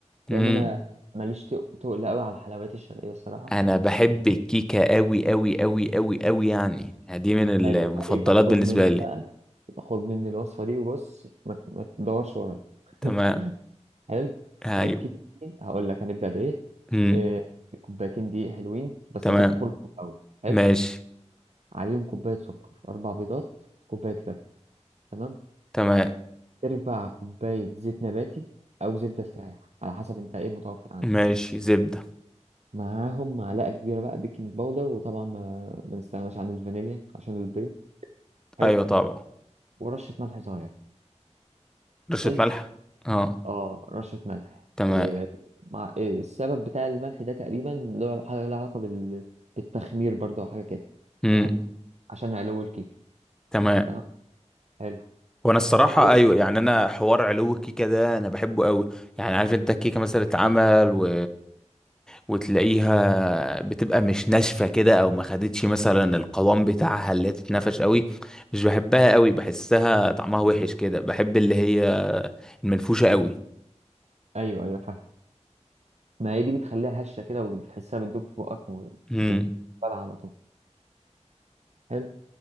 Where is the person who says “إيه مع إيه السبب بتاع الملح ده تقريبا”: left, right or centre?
Right